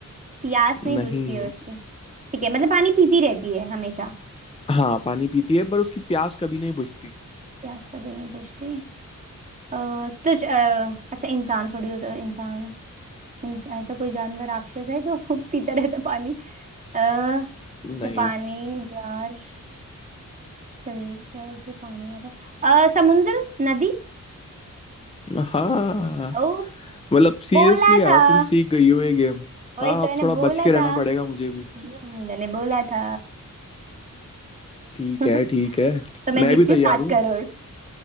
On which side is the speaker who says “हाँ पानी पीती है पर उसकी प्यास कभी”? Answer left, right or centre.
Left